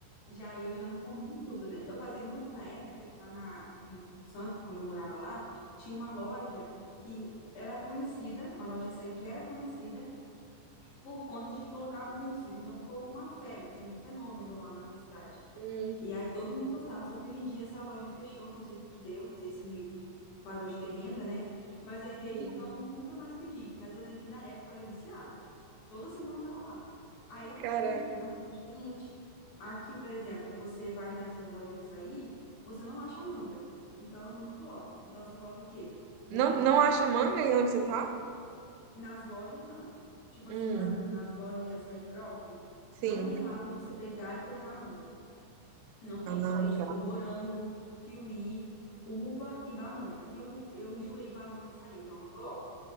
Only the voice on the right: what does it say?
Hum,
sim.
Caraca.
Não, não acha manga aí onde você tá?
Hum,
sim.
Ah,
tá.